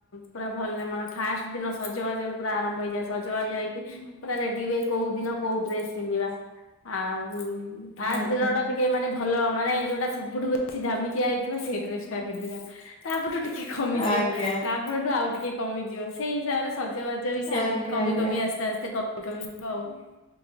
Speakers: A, on the left; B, on the left.
A: ପୁରା ଭଲ ମାନେ ଫାଷ୍ଟ ଦିନ ସଜବାଜରୁ ପୁରା ଆରମ୍ଭ ହେଇଯାଏ ସଜବାଜ ହେଇକ ପୁରା ରେଡି ହୁଏ କୋଉ ଦିନ କୋଉ ଡ୍ରେସ ପିନ୍ଧିବା ଆଉ ହୁଁ ଫାଷ୍ଟ
B: ଆଜ୍ଞା
A: ଦିନ ଟା ଟିକେ ମାନେ ଭଲ ମାନେ ଯୋଉଟା ସବୁଠୁ ସେ ଦାମିକିଆ ହେଇଥିବ ସେଇ ଡ୍ରେସ ଟା ପିନ୍ଧିବା ତାପଠୁ ଟିକେ କମିଯିବା
B: ଆଜ୍ଞା
A: ତା ଠୁ ଆଉ ଟିକେ କମିଯିବ ସେଇ ହିସାବରେ ସଜବାଜ ବି ସେମତି
B: ଆଜ୍ଞା
A: କମି
B: ଆଜ୍ଞା।
A: କମି ଆସ୍ତେ ଆସ୍ତେ <unintelligible>